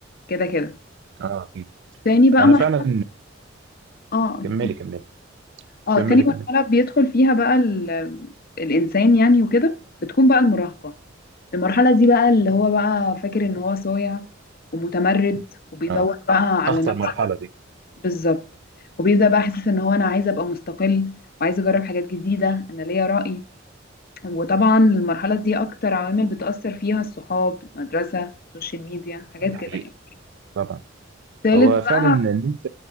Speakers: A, on the left (about 50°); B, on the right (about 60°).
A: كده كده
B: اه اكيد
A: تاني بقى
B: انا
A: مرحله
B: فعلا
A: اه
B: كملي كملي
A: اه
B: كملي
A: تاني
B: كملي
A: مرحله بيدخل فيها بقى ال... الانسان يعني وكده بتكون بقى المراهقه المرحله دي بقى اللي هو بقى فاكر ان هو صايع ومتمرد وبيدور
B: اه
A: بقى على
B: اخطر
A: نفسه
B: مرحله دي
A: بالظبط وبيبدا بقى حاسس ان هو انا عايز ابقى مستقل وعايز اجرب حاجات جديده انا ليا رأي وطبعا المرحله دي اكتر عوامل بتأثر فيها الصحاب المدرسه السوشيال ميديا حاجات
B: آه، دي حقيقه
A: كده يعني
B: طبعا
A: تالت
B: هو
A: بقى
B: فعلا ان انت